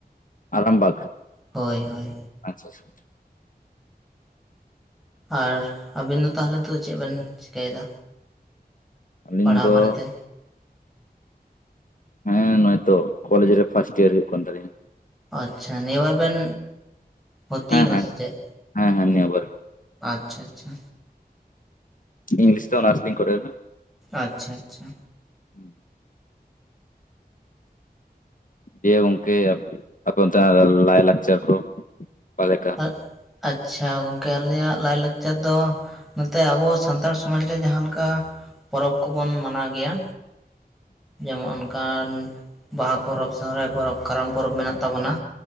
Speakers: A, on the left; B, in the centre.
A: ᱟᱨᱟᱢᱵᱟᱜ
B: ᱦᱳᱭ ᱦᱳᱭ
A: ᱟᱪᱪᱷᱟ, ᱟᱪᱪᱷᱟ,
B: ᱟᱨ ᱟᱵᱤᱱ ᱫᱚ ᱛᱟᱦᱚᱞᱮ ᱧᱤᱛᱳᱜ ᱫᱚ ᱪᱮᱫ ᱵᱮᱱ ᱪᱤᱠᱟᱹᱭᱮᱫᱟ᱾
A: ᱟᱹᱞᱤᱧ
B: ᱯᱟᱲᱦᱟᱣ
A: ᱫᱚ᱾
B: ᱵᱟᱨᱮᱛᱮ
A: ᱦᱮᱸ ᱱᱚᱭ ᱛᱚ ᱠᱚᱞᱮᱡ ᱨᱮ ᱯᱷᱟᱥᱴ ᱤᱭᱟᱨ ᱦᱩᱭᱩᱜ ᱠᱟᱱ ᱛᱟᱞᱤᱧᱟ᱾
B: ᱟᱪᱪᱷᱟ ᱱᱤᱭᱟᱹᱵᱟᱨ ᱵᱮᱱ ᱵᱷᱩᱨᱛᱤ
A: ᱦᱮᱸ
B: ᱠᱟᱱᱟ
A: ᱦᱮᱸ
B: ᱥᱮ ᱪᱮᱫ᱾
A: ᱦᱮᱸ ᱦᱮᱸ ᱱᱤᱭᱟᱹ ᱵᱟᱨ
B: ᱟᱪᱪᱷᱟ, ᱟᱪᱪᱷᱟ,
A: ᱤᱝᱞᱤᱥ ᱛᱮ ᱚᱱᱟᱨᱥ ᱞᱤᱧ ᱠᱚᱨᱮᱣ ᱫᱟ᱾
B: ᱟᱪᱪᱷᱟ, ᱟᱪᱪᱷᱟ,
A: ᱦᱩᱸ᱾ ᱫᱤᱭᱮ ᱜᱚᱢᱠᱮ ᱟᱯᱮ ᱚᱱᱛᱮᱼᱱᱟᱜ ᱞᱟᱭ ᱞᱟᱠᱪᱟᱨ ᱠᱚ ᱟᱠᱟ ᱞᱮᱠᱟ᱾
B: ᱟᱪᱪᱷᱟ ᱟᱪᱪᱷᱟ, ᱜᱚᱢᱠᱮ ᱟᱞᱮᱭᱼᱟᱜ ᱞᱟᱭᱼᱞᱟᱠᱪᱟᱨ ᱫᱚ᱾ ᱱᱚᱛᱮ ᱟᱵᱚ ᱥᱟᱱᱛᱟᱲ ᱥᱚᱢᱟᱡᱽ ᱨᱮ ᱡᱟᱦᱟᱸ ᱞᱮᱠᱟ ᱯᱚᱨᱚᱵᱽ ᱠᱚᱵᱚᱱ ᱢᱟᱱᱟᱣ ᱜᱮᱭᱟ᱾ ᱡᱮᱢᱚᱱ ᱚᱱᱠᱟᱱ ᱵᱟᱦᱟ ᱯᱚᱨᱚᱵᱽ, ᱥᱚᱦᱨᱟᱭ ᱯᱚᱨᱚᱵᱽ, ᱠᱟᱨᱟᱢ ᱯᱚᱨᱚᱵᱽ ᱢᱮᱱᱟᱜ ᱛᱟᱵᱚᱱᱟ᱾